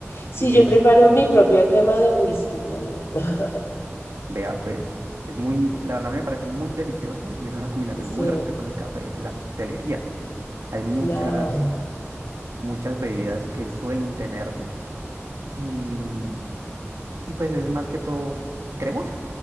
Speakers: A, on the left; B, on the right.
A: Sí,
B: Y
A: yo
B: es,
A: preparo mi propia crema de whisky también. <laughs>
B: vea pues, es muy, la verdad me parece muy delicioso y es una combinación muy
A: Sí,
B: rica con el café en la coctelería. Hay muchas,
A: claro.
B: muchas bebidas que suelen tenerlo. Y mm, Y pues es más que todo cremoso,